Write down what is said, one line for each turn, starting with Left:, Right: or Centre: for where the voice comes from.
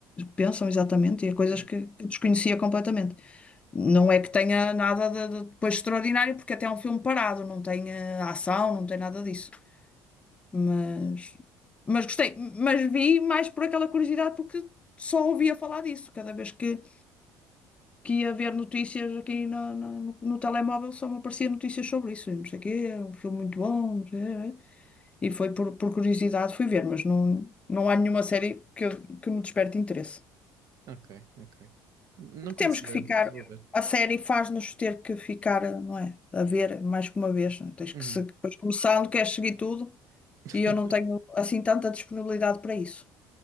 Left: pensam exatamente e a coisas
Right: Uhum.
Left: que, que eu desconhecia completamente. Não é que tenha nada de, de depois extraordinário, porque até é um filme parado, não tem eh, ação, não tem nada disso. Mas, mas gostei, mas vi mais por aquela curiosidade, porque só ouvia falar disso. Cada vez que, que ia ver notícias aqui no, no, no- no telemóvel, só me apareciam notícias sobre isso. e Não sei o quê, é um filme muito bom, não sei, é. e foi por, por curiosidade fui ver, mas não, não há nenhuma série que, eu- que me desperte interesse.
Right: Ok, ok. Não conheci,
Left: Temos que
Right: olha.
Left: ficar,
Right: Vou ver.
Left: a série faz-nos ter que ficar, não é? A ver mais que uma vez. não é? Tens
Right: Uhum.
Left: que se, depois começando, queres seguir tudo
Right: <laughs>
Left: e eu não tenho assim tanta disponibilidade para isso.